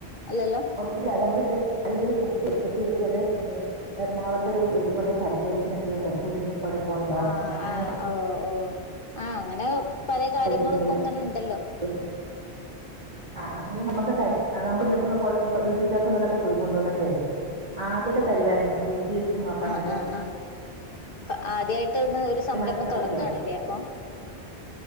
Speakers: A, on the left; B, on the right.
A: അല്ലല്ലോ
B: ഒന്നൂല നമ്മള് ടെസ് ഇവര് ഫുഡ് സെറ്റ് ഇവര്കൊണ്ട് എന്ത് എറണാകുളത്തൊരു ഇത് കൊണ്ട് പരിശോധിക്കുന്നെക്കെയുണ്ട് ഫുഡിന് കുഴപ്പമുണ്ടോ
A: ആ
B: അങ്ങനെ
A: ആ ഓ ഓ ആ അങ്ങനെ പല കാര്യങ്ങളിപ്പ
B: പരിശോധിക്കുന്നുണ്ട്
A: ങ്ങനെ ഉണ്ടല്ലോ
B: <unintelligible> ആ അ അത് നമ്മക്ക് തരും അത് നമ്മൾ ന്ന്ട്ട് രുചി വ്യത്യാസംണ്ടന്നൊക്കെ ചോയിക്കും കൊണ്ട്‌ വന്നിട്ടെ ആദ്യൊക്കെ തരുവായിരുന്നു രുചി നോക്കാൻ
A: ആഹ്
B: വേണ്ടി
A: ആഹ് ആദ്യായിട്ട് ഇന്ന് ഒരു സംരംഭം
B: മനസ്സിലാവുമല്ലോ
A: തൊടങ്ങാണില്ലേ അപ്പം